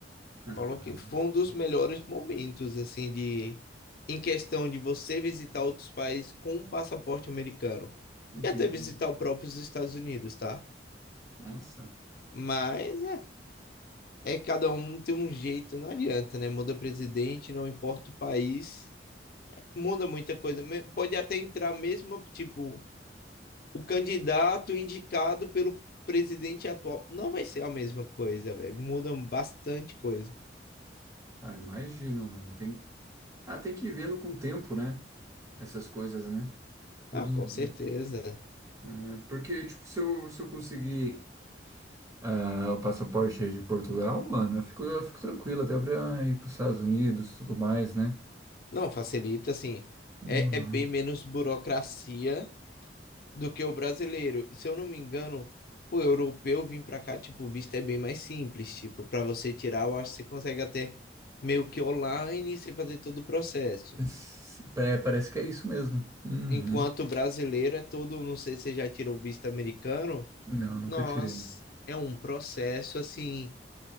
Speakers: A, on the right; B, on the left.
A: Ah,
B: falou que foi um dos melhores momentos, assim, de em questão de você visitar outros países com um passaporte americano.
A: entendi.
B: E até visitar o próprio os Estados Unidos, tá?
A: Nossa.
B: Mas é, é cada um tem um jeito, não adianta, né? Muda presidente, não importa o país, muda muita coisa. Me- Pode até entrar mesmo, tipo, o candidato indicado pelo presidente atual. Não vai ser a mesma coisa, velho. Mudam bastante coisa.
A: Ah, imagino, mano. Tem, ah, tem que ir vendo com o tempo, né? Essas coisas, né? Uhum.
B: Ah, com certeza.
A: É, porque, tipo, se eu, se eu conseguir ah, o passaporte aí de Portugal, mano, eu fico, eu fico tranquilo até pra ir pros Estados Unidos e tudo mais, né?
B: Não, facilita, assim.
A: Uhum.
B: É, é bem menos burocracia do que o brasileiro. Se eu não me engano, pô, europeu vir pra cá, tipo, o visto é bem mais simples. Tipo, pra você tirar, eu acho que você consegue até meio que online, você fazer todo o processo.
A: S- É, parece que é isso mesmo. Uhum.
B: Enquanto o brasileiro é todo, não sei se você já tirou o visto americano.
A: Não, nunca
B: Nós
A: tirei.
B: é um processo assim